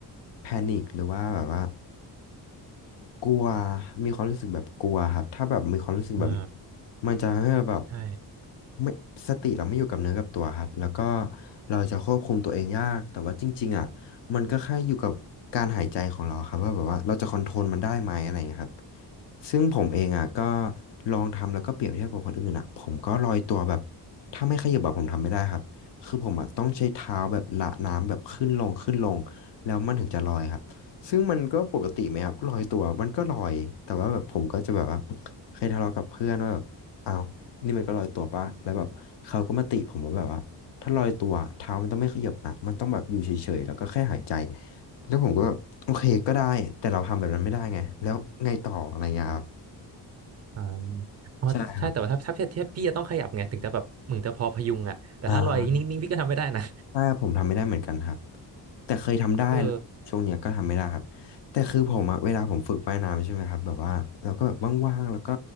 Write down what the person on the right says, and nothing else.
อ่า
ใช่
อ่าอ๋อใช่แต่ว่าถ้าถ้าพี่ถ้าพี่จะต้องขยับไงถึงจะแบบมึงจะพอพยุงอ่ะแต่ถ้าลอยนิ่งๆพี่ก็ทำไม่ได้นะ
เออ